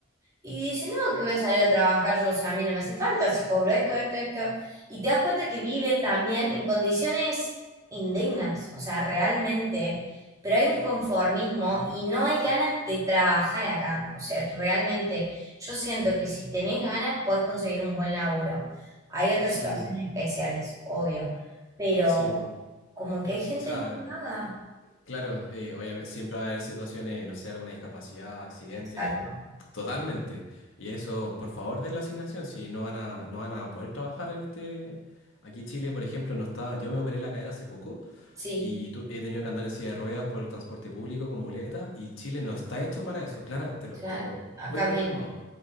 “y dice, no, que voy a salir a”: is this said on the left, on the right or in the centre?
Right